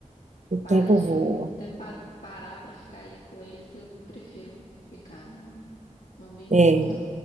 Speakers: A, on the right; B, on the left.
A: O tempo
B: parar de,
A: voa.
B: de pa- parar para ficar ali com eles, eu prefiro ficar, não, não me importo.
A: É,